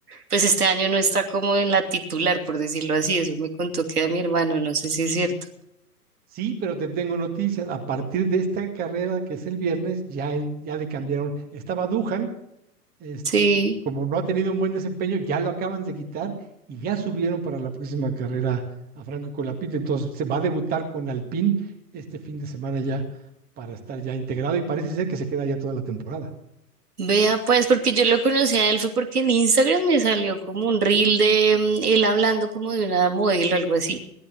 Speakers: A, on the right; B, on the right.
A: pues este año no está como en la titular, por decirlo así, eso me contó que a mi hermano, no sé si es cierto.
B: Sí, pero te tengo noticias. A partir de esta carrera que es el viernes, ya, en- ya le cambiaron. Estaba Duhan, este,
A: Sí.
B: como no ha tenido un buen desempeño, ya lo acaban de quitar y ya subieron para la próxima carrera a Franco Colapinto. Entonces se va a debutar con Alpine este fin de semana ya para estar ya integrado y parece ser que se queda ya toda la temporada.
A: Vea, pues, porque yo lo conocí a él fue porque en Instagram me salió como un reel de mm, él hablando como de una modelo o algo así.